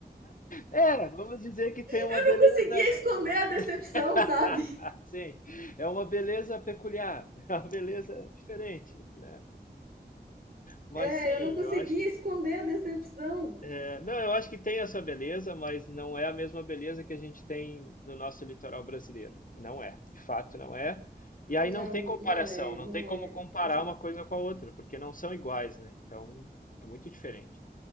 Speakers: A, on the left; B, on the right.
A: É, é, vamos dizer que tem uma
B: Eu
A: beleza.
B: não conseguia esconder a decepção,
A: <laughs>
B: sabe?
A: Sim, é uma beleza peculiar, <laughs> é uma beleza diferente, né? Mas
B: É,
A: sim,
B: eu não conseguia
A: eu acho,
B: esconder a decepção.
A: é, não, eu acho que tem essa beleza, mas não é a mesma beleza que a gente tem no nosso litoral brasileiro. Não é, de fato não é. E aí
B: Não,
A: não tem comparação,
B: não é,
A: não
B: não
A: tem como
B: é.
A: comparar
B: E-
A: uma coisa com a outra, porque não são iguais, né? Então é muito diferente.